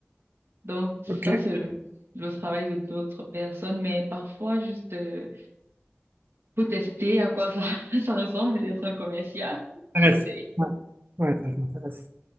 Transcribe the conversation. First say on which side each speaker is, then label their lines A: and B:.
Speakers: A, on the right; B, on the right.
A: Donc, ça,
B: Ok.
A: c'est le travail de d'autres personnes. Mais parfois, juste euh, pour tester à quoi ça, <laughs> ça ressemble d'être un commercial, j'essaye.
B: Ça reste. Ouais, ouais, ça m'intéresse.